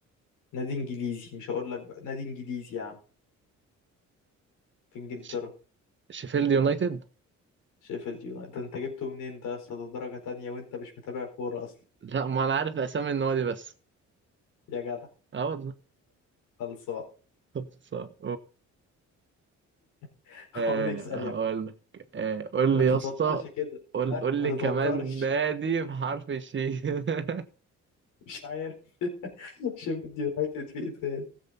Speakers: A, on the left; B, on the right.
A: نادي انجليزي مش هقول لك بقى نادي انجليزي يا عم في انجلترا
B: ش- شيفيلد يونايتد
A: شيفيلد يونايتد ده انت جبته منين ده اصلا ده درجه تانية وانت مش متابع كوره اصلا
B: لا ما انا عارف اسامي النوادي بس
A: يا جدع
B: اه والله
A: خلصان
B: <laughs> خلصان
A: <laughs> هقول
B: آه
A: اسال
B: هقول
A: يعني
B: لك آه قول
A: ما
B: لي
A: تتوترش
B: يا اسطى
A: كده
B: قول
A: ها
B: قول
A: ما
B: لي كمان
A: تتوترش
B: نادي بحرف الشين <laughs>
A: مش عارف <laughs> شيفيلد يونايتد في ايه تاني